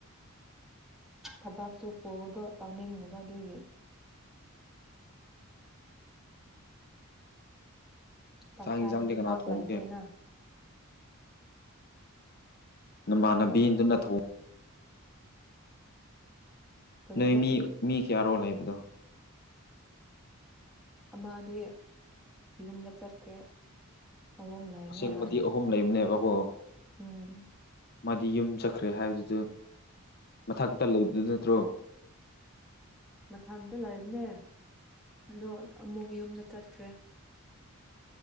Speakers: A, in the centre; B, on the left.
A: ꯊꯕꯛꯁꯨ ꯐꯣꯔꯣꯗꯣ ꯇꯥꯎꯅꯤꯡꯅꯕ ꯑꯗꯨꯒꯤ ꯄꯔ
B: ꯆꯥꯛ
A: ꯇꯥꯏꯝꯗꯤ
B: ꯌꯦꯟꯁꯥꯡꯗꯤ ꯀꯅꯥ
A: ꯄꯥꯛꯥꯛ
B: ꯊꯣꯡꯒꯦ
A: ꯂꯥꯏꯗꯦꯅ
B: ꯅꯃꯥꯟꯅꯕꯤꯗꯨꯅ
A: ꯑ
B: ꯊꯣꯡꯉ
A: ꯀꯔꯤꯕ
B: ꯅꯣꯏ ꯃꯤ ꯃꯤ ꯀꯌꯥꯔꯣꯜ ꯂꯩꯕꯗꯣ
A: ꯑꯃꯗꯤ ꯌꯨꯝꯗ ꯆꯠꯀꯦ ꯑꯍꯝ ꯂꯥꯏꯅꯦ
B: ꯑꯁꯦꯡꯕꯗꯤ
A: ꯍꯥꯟꯅ
B: ꯑꯍꯨꯝ ꯂꯩꯕꯅꯦꯕꯀꯣ
A: ꯑꯝ
B: ꯃꯥꯗꯤ ꯌꯨꯝ ꯆꯠꯈ꯭ꯔꯦ ꯍꯥꯏꯕꯗꯨꯗ ꯃꯊꯛꯇ ꯂꯩꯕꯗꯨ ꯅꯠꯇ꯭ꯔꯣ
A: ꯃꯊꯪꯇ ꯂꯩꯥꯛꯕꯅꯦ ꯑꯗꯣ ꯑꯃꯨꯛ ꯌꯨꯝꯗ ꯆꯠꯈ꯭ꯔꯦ